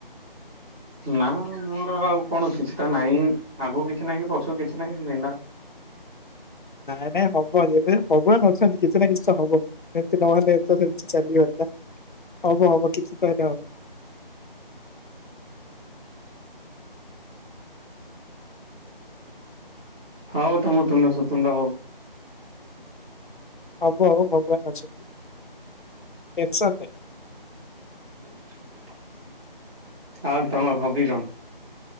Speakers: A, in the centre; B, on the left.
A: ନା ମୋର ଆଉ କୌଣସି କିଛିଟା ନାହିଁ ଆଗକୁ କିଛି ନାହିଁ କି ପଛକୁ କିଛି ନାହିଁ ମିନା
B: <inaudible> ନାଇଁ ନାଇଁ ହବ ଯେବେ ଭଗବାନ୍ ଅଛନ୍ତି କିଛି ନା କିଛି ତ ହବ ସେମିତି ନହେଲେ ଏ ତ ସେମିତି କିଛି ଚାଲିବନି ନା? ହବ ହବ କିଛି ତ ହେଲେ ହବ।
A: ହଉ ତୁମ ତୁଣ୍ଡ ସୁତୁଣ୍ଡ ହଉ।
B: ହବ ହବ ଭଗବାନ୍ ଅଛନ୍ତି। ଟେନସନ୍ ନାହିଁ।
A: <unintelligible> ଆଉ ତମର ହବି କଣ?